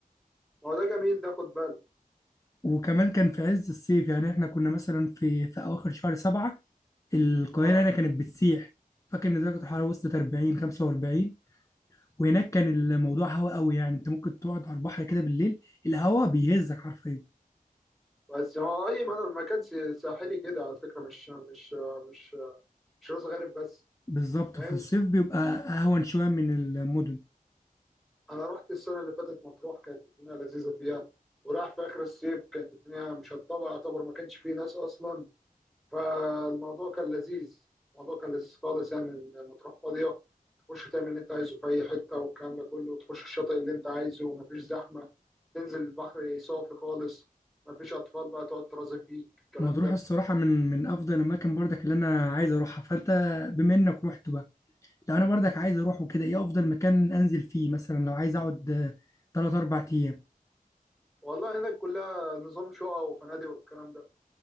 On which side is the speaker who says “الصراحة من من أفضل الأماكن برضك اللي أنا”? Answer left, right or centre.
Left